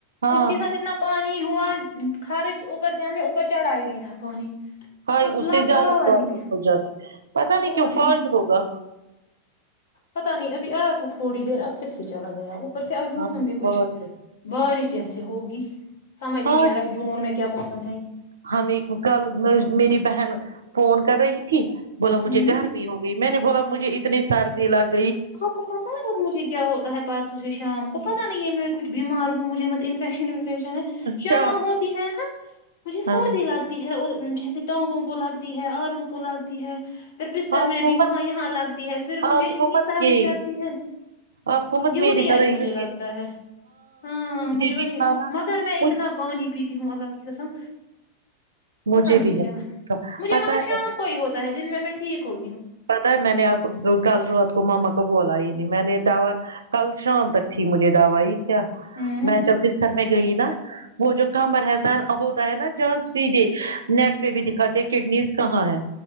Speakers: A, on the right; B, on the left.
A: ہاں
B: اس کے ساتھ اتنا پہچ <unintelligible> انی ہوا خرچ اوپر سے ہمنے اوپر چڑھا ہی نہیں تھا پانی
A: ہائی
B: اب
A: اس
B: لا
A: سے زیادہ
B: پاور
A: پرابلم
B: ہی نہیں
A: ہو جاتی پت نہیں
B: اور
A: کیوں فالٹ ہوگا
B: پتا نہیں ابھی آیا تھا تھوڑی دیر اب پھر سے چلا گیا ارس آ مسم
A: ہاں
B: بھی کچھ
A: فالٹ
B: بارش جیسے ہوگی سمجھ
A: ہ
B: ہی نہیں آ رہا ہے جون میں کیا موسم ہے یہ
A: ہمیں کل میری بہن فون کر رہی تھی بولا مجھے
B: ہوں
A: گرمی ہوگئی میں نے بولا مجھے اتنی سردی لگی
B: آپ کو پتا ہے اور مجھے کیا ہوتا ہے پرارسو سے شام کو پتا نہیں ہے میں کچھ ب بیمار مجت انفیکشن و فشن ہے شام
A: کیا
B: ہوتی ہے نا مجھے سردی
A: ہاں
B: لگتی ہے اور جیسے ٹانگوں کو لگتی ہے آرمز کو لگتی ہے پھر بستر
A: آپ
B: میں
A: کو
B: بھی
A: مت
B: وہاں یہاں لگتی ہے پھر مجھے
A: آپ کو
B: اتنی
A: مت
B: سردی
A: یہ
B: چڑھتی ہے
A: آپ کو مت
B: یوٹی
A: میری
B: آئی
A: طرح
B: مجھے
A: یوں
B: لگتا ہے ہاں مجھے
A: بھی
B: وہی
A: تھا نا
B: مگر میں اتنا
A: مجھ
B: پانی پیتا تیہوں الگ کی گسم پتا
A: مجھے
B: نہیں
A: بھی
B: کیا
A: ہے
B: مجھے
A: پتا
B: مگر
A: ہے
B: شام کو ہی ہوتا ہے دن میں میں ٹھیک ہو
A: پتا ہے میں نے آپ کل رات کو ماما کو بولا ہی نہیں میں نے دوا کل شام تک تھی مجھے دوائی کیا
B: ہوں
A: میں جب بستر میں گئی نا وہ جو کہاں رہتا ہوتا ہے نا جہ سیدھے نیٹ پہ بھی دکھاتے کڈنیز کہاں ہے